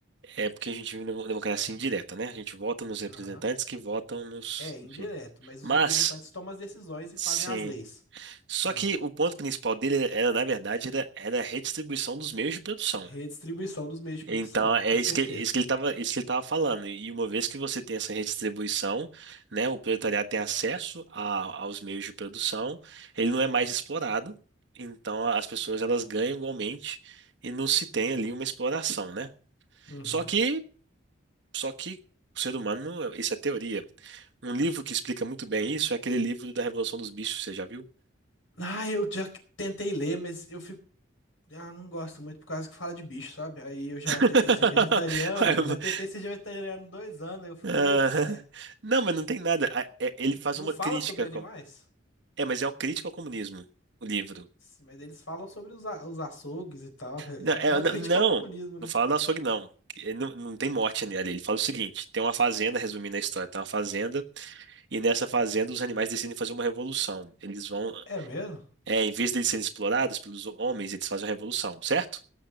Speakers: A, on the right; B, on the left.
A: é porque a gente vive numa democracia indireta, né? A gente vota nos representantes
B: aham.
A: que votam nos,
B: É, indireto,
A: enfim.
B: mas
A: Mas,
B: os representantes tomam as decisões e
A: sim.
B: fazem as leis.
A: Só
B: Ah,
A: que o ponto principal dele era, na verdade, era, era a redistribuição dos meios de produção.
B: redistribuição dos meios de produção,
A: Então, é
B: com certeza.
A: isso que, é isso que ele estava, isso que ele estava falando. E uma vez que você tem essa redistribuição, né, o proletariado tem acesso a- aos meios de produção, ele não é mais explorado, então as pessoas elas ganham igualmente e não se tem ali uma exploração, né?
B: Uhum.
A: Só que, só que o ser humano, isso é teoria. Um livro que explica muito bem isso é aquele livro da Revolução dos Bichos, você já viu?
B: Ah, eu já tentei ler, mas eu fico. Ah, não gosto muito por causa que fala de bicho, sabe? Aí eu já
A: <laughs>
B: tentei ser vegetariano, já tentei ser vegetariano dois anos, aí eu fico
A: Aham.
B: meio paia.
A: Não, mas não tem nada. A- é- Ele faz
B: Não
A: uma
B: fala
A: crítica.
B: sobre animais,
A: com- É, mas é uma crítica ao comunismo, o livro.
B: mas eles falam sobre os, a- os açougues e tal. É
A: Não, é,
B: é é uma
A: não,
B: crítica
A: não,
B: ao comunismo,
A: não
B: né?
A: fala do açougue, não. Que- é, Não, não tem morte ali. Ele fala o seguinte: tem uma fazenda, resumindo a história, tem uma fazenda, e nessa fazenda os animais decidem fazer uma revolução. Eles vão,
B: É mesmo?
A: é, em vez deles serem explorados pelos homens, eles fazem uma revolução, certo?